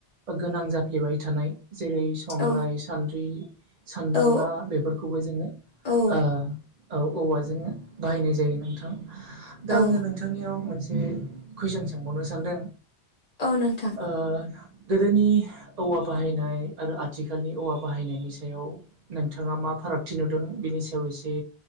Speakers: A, on the right; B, on the left.
A: गोनां जाफ्लेबाय थानाय जेरै- संग्राय,
B: औ
A: सान्द्रि सान्दांगा
B: औ
A: बेफोरखौबो जोङो ओ
B: औ
A: औ औवाजोंनो बाहायनाय जायो नोंथां। दा
B: औ
A: आङो नोंथांनियाव मोनसे ए कुइसन सोंबावनो सानदों
B: औ नोंथां
A: ओ गोदोनि औवा बाहायनाय आरो आथिखालनि औवा बाहायनायनि सायाव नोंथाङा मा मा फारागथि नुदों बेनि सायाव एसे